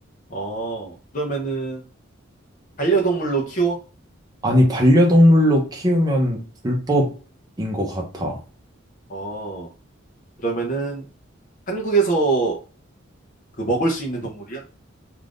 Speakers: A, on the left; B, on the right.
A: 어, 그러면은 반려동물로 키워?
B: 아니, 반려동물로 키우면 불법인 것 같아.
A: 어, 그러면은 한국에서 그 먹을 수 있는 동물이야?